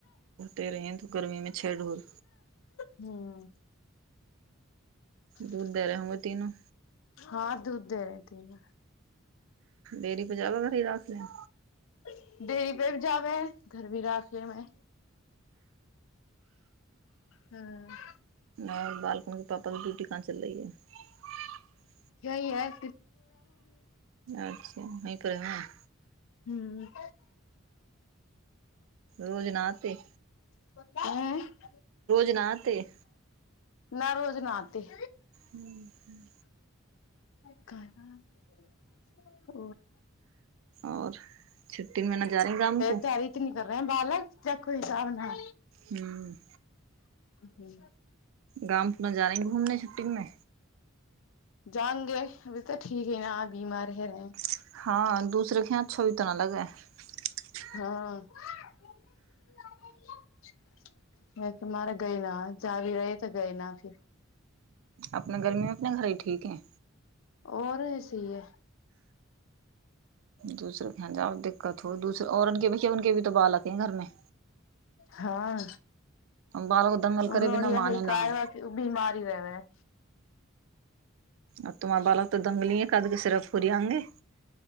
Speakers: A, on the right; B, on the left.
A: तेरे हीयें तऽ गर्मी में छेद <unintelligible>
B: हूँ
A: दूध
B: <inaudible>
A: दे रहे होंगे तीनों
B: हाँ दूध दे रहे तीनो
A: बेरी ज <unintelligible>
B: हे घर भी राख लेबै है हाँ
A: ओर बालकन के पापा भी डियूटी <unintelligible>
B: कहीं है
A: अच्छा <unintelligible>
B: हूँ
A: रोज नाते
B: ऐ
A: नहाते
B: न रोज नाते
A: हुं हुं
B: <inaudible>
A: आओर छुट्टीमे न जा रही गाम को
B: धरित न कर रहे बालक च को हिसाब न
A: हुँ
B: हू
A: गाम पूना जाने घूमने छूटिमे
B: जंगे अभी तऽ ठीक ही न बीमार ह रहे
A: <unintelligible>
B: हुँ - गए न
A: अपना गर्मी मे अपने घर ही ठीक है
B: आओर ह सी य
A: दोसरोकके जाउ देख कथो दूसर औरे भैय उके भीो बालके है घरमे
B: हँ
A: बालक दंगल
B: ओ
A: करे
B: लोग
A: बिना
B: यही
A: माने
B: कहबा
A: न ह
B: बीमारी रहबे है
A: आ तुमार बालक तऽ दंगलए कदके सिरफ फूरीियांगे